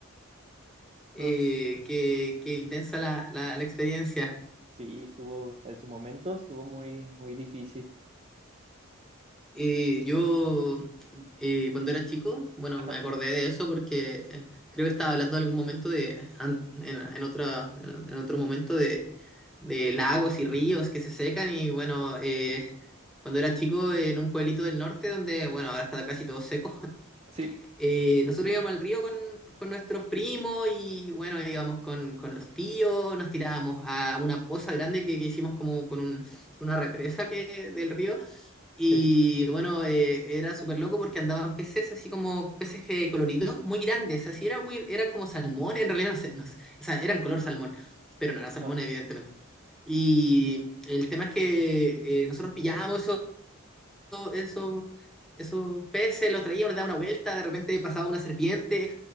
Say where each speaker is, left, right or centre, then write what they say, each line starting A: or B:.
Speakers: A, in the centre; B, on the right.
A: Eh,
B: No sé.
A: qué, qué intensa la, la- la experiencia.
B: Sí, estuvo, en su momento estuvo muy, muy difícil.
A: Eh, yo, eh, cuando era chico, bueno,
B: Ajá,
A: me acordé de eso porque eh, creo que estaba hablando en algún momento de, an- en, en otra- en otro momento de, de lagos y ríos que se secan y bueno, eh, cuando era chico en un pueblito del norte donde, bueno, ahora está casi todo seco
B: sí,
A: Eh, nosotros íbamos al río con, con nuestros primos y bueno, íbamos con, con los tíos, nos tirábamos a una poza grande que, que hicimos como con un- una represa que, del río y
B: sí.
A: bueno, eh, era súper loco porque andaban peces así como peces que- coloridos muy grandes, así era muy, era como salmón, en realidad no sé, no sé, o sea, eran color salmón, pero no era salmón
B: Ajá.
A: evidentemente. Y el tema es que eh, nosotros pillábamos eso esos peces, los traía, me daba una vuelta, de repente pasaba una serpiente,